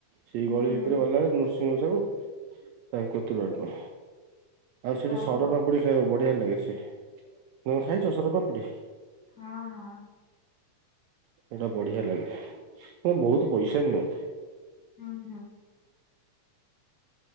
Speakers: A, on the right; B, on the left.
A: ସେଇ
B: ହୁଁ
A: ଗଳି ଭିତରେ
B: ହୁଁ
A: ଗଲାବେଳେ ନୃସିଂହ ସାହୁ ତାଙ୍କ ତୁରଣ ଆଉ ସେଠି
B: ହଉ
A: ସରପାମ୍ପୁଡି
B: ହଉ
A: ଖାଇବ ବଢିଆ ଲାଗେ ସେ ତମେ ଖାଇଛ ସରପାମ୍ପୁଡି?
B: ହଁ ହଁ
A: ଏଇଟା ବଢିଆ ଲାଗେ ବହୁତ ପଇସା ନିଅନ୍ତି।
B: ହଁ ହଁ